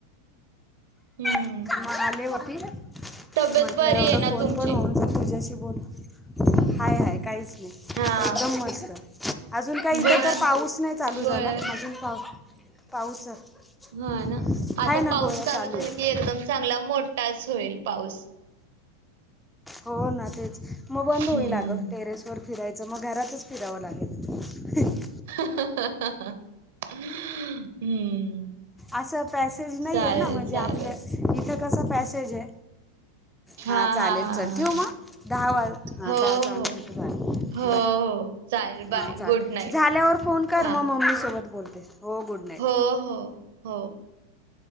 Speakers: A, on the right (about 55°); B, in the centre.
A: हम्म.
B: <unintelligible> मग आले होती म्हंटलं
A: तब्येत बरी
B: एवढा
A: आहे ना
B: फोन
A: तुमची
B: पण होऊन जा तुझ्याशी बोलून. हाय हाय काहीच
A: हा
B: एकदम मस्त अजून काही इथे
A: गोळ्या
B: तर पाऊस नाही चालू
A: गोळ्या
B: झाला. अजून पाऊस पाऊस <unintelligible>
A: हां ना,
B: आहे
A: आता
B: ना
A: पाऊस
B: गोळ्या
A: चालू झाला
B: आहे
A: की एकदम चांगला मोठाच होईल पाऊस.
B: हो ना, तेच मग बंद होईल
A: हम्म
B: अगं टेरेस वर फिराय च मग घरातच फिरावं लागेल.
A: <unintelligible> हम्म
B: असं पॅसेज नाही
A: चालेल
B: हे ना, म्हणजे
A: चालेल.
B: आपलं इथे कसा पॅसेज हे.
A: हा
B: हां चालेल
A: हा हा
B: चल ठेऊ
A: हा
B: मग दहा वाज हां
A: हो
B: दहा, दहा
A: हो
B: मिनिटे झाले
A: हो
B: बाय.
A: हो चालेल
B: हां
A: बाय
B: चालेल
A: गुड नाईट.
B: झाल्यावर फोन कर
A: हा
B: म मम्मी सोबत बोलते हो गुड नाईट.
A: हो हो हो.